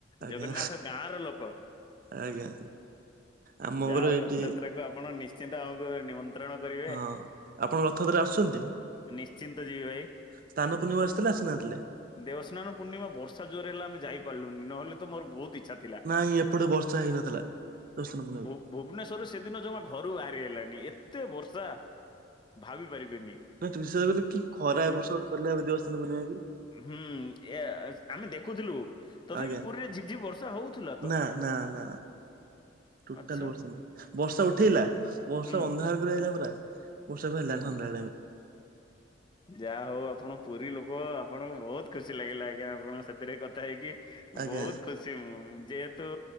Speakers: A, on the right; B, on the left.
A: ଆଜ୍ଞା
B: ଜଗନ୍ନାଥ ଗାଁ ର ଲୋକ।
A: ଆଜ୍ଞା। ଆମ
B: ଯାହାହଉ
A: ଘର ଏଇଠି
B: ରଥଯାତ୍ରା କୁ ଆପଣ ନିଶ୍ଚିନ୍ତ ଆମୁକୁ ନିମନ୍ତ୍ରଣ। କରିବେ
A: ହଁ ଆପଣ ରଥଯାତ୍ରାରେ ଆସୁଛନ୍ତି?
B: ନିଶ୍ଚିନ୍ତ ଯିବି ଭାଇ।
A: ସ୍ନାନ ପୂର୍ଣ୍ଣିମାକୁ ଆସଥିଲେ ଆସି ନ ଥିଲେ?
B: ଦେବସ୍ନାନ ପୂର୍ଣ୍ଣିମା ବର୍ଷା ଜୋରେ ହେଲା ଆମେ ଯାଇପାରିଲୁନି ନହେଲେ ତ ମୋର ବହୁତ୍ ଇଚ୍ଛା ଥିଲା।
A: ନାଇଁ ଏପଟେ ବର୍ଷା ହେଇନଥିଲା। ଦେବସ୍ନାନ ପୂର୍ଣ୍ଣିମାକୁ।
B: ଭୁ ଭୁବନେଶ୍ୱରରୁ ସେଦିନ ଜମା ଘରୁ ବାହାରି ହେଲାନି ଏତେ ବର୍ଷା। ଭାବି ପାରିବେନି।
A: ବିଶ୍ୱାସ କରିବେନି କି ଖରା ଏ ବର୍ଷ। <unintelligible>
B: ହୁଁ ଏ ଆମେ ଦେଖୁଥିଲୁ ତଥାପି
A: ଆଜ୍ଞା
B: ପୁରୀରେ ଝିପ୍ ଝିପ୍ ବ ର୍ଷା ହଉଥିଲା। ତ
A: ନା ନା ନା। ଟୋଟାଲ୍
B: ଆଚ୍ଛା
A: ବର୍ଷା ନାହିଁ ବର୍ଷା ଉଠେଇଲା ବର୍ଷା
B: ହୁଁ
A: ଅନ୍ଧାର୍। ର ହେଇଗଲା ପୁରା ବର୍ଷା ବି ହେଲା
B: ହୁଁ
A: ସନ୍ଧ୍ୟାବେଳ ଟାଇମ୍।
B: ଯାହା ହଉ ଆପଣ ପୁରୀ ଲୋକ ଆପଣଙ୍କୁ ବହୁତ୍ ଖୁସି ଲାଗିଲା ଆଜ୍ଞା ଆପଣଙ୍କ ସାଥିରେ କଥା ହେଇକି।
A: ଆଜ୍ଞା
B: ବହୁତ୍ ଖୁସି ମୁଁ ଯେହେତୁ